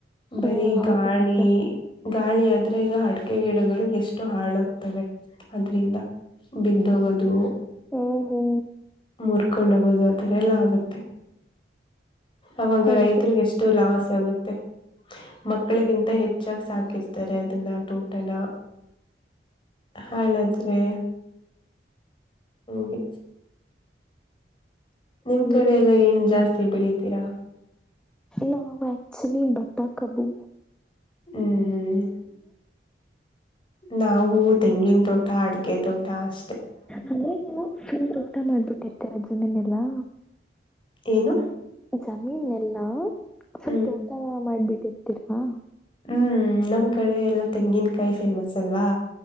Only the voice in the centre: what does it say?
ಹ್ಮ್ ಹೌದು
ನಿಜ
ಹಾ ಹೋ
ಹೌದು
ಹೌದು
ನಾವು ಎಕ್ಚುಲಿ ಬತ ಕಬು
ಅದೇ ನೀವುಲ್ ತೋಟ ಮಾಡ್ಬಿಟ್ಟಿರ್ತೀರಾ ಜಮೀನ್ ಎಲ್ಲಾ
ಜಮೀನ್ ಎಲ್ಲಾ ಸ್ವಲ್
ತೋಟ ಮಾಡ್ಬಿಟ್ಟಿರ್ತೀರಾ